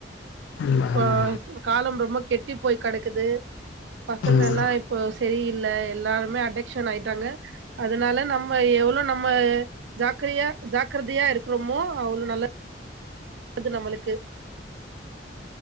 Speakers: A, on the left (about 80°); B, on the right (about 70°).
A: ம்
B: இப்போ
A: ஆமா
B: காலம் ரொம்ப கெட் ட்டி போய் கிடக்குது பசங்க
A: ம்
B: எல்லா இப்போ சரி இல்ல எல்லாருமே அடக்ஷன் ஆயிட்டாங்க அதனால நம்ம எவ்ளோ நம்ம ஜாக்கரையா ஜாக்கிரதையா இருக்கறமோ அவ்ளோ நல்ல அது நம்ளுக்கு